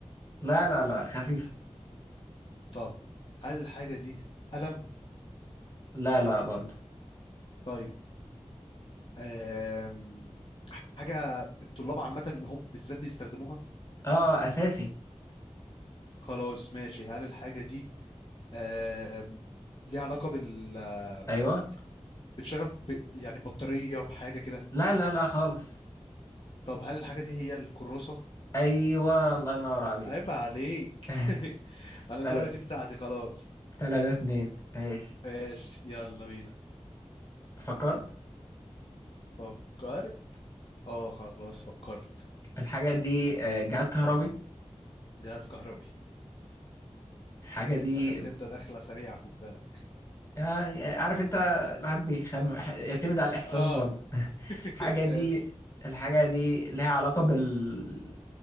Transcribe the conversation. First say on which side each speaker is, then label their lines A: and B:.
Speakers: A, on the left; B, on the left.
A: لا لا لا خفيف
B: طب هل الحاجة دي قلم
A: لا لا برضو
B: طيب آم حاجة الطلاب عامة هم بالذات بيستخدموها
A: اه اساسي
B: خلاص ماشي هل الحاجة دي آم ليها علاقة بال آم،
A: ايوه
B: بتشتغل ب... ب- يعني بطارية بحاجة كده
A: لا لا لا خالص
B: طب هل الحاجة دي هي الكراسة
A: ايوه الله ينور عليك
B: عيب عليك
A: <laughs>
B: <laughs> انا
A: تلات
B: اللعبة دي بتاعتي خلاص
A: تلاتة اتنين ماشي
B: ماشي يلا بينا
A: فكرت
B: فكر اه خلاص فكرت
A: الحاجة دي آه، جهاز كهربي
B: جهاز كهربي
A: الحاجة دي
B: دخلت انت دخلة سريعة خد بالك
A: آه، عارف انت الواحد بيخم ح- يعتمد على الإحساس
B: اه
A: برضه <laughs>
B: <laughs>
A: الحاجة دي
B: ايش
A: الحاجة دي لها علاقة بال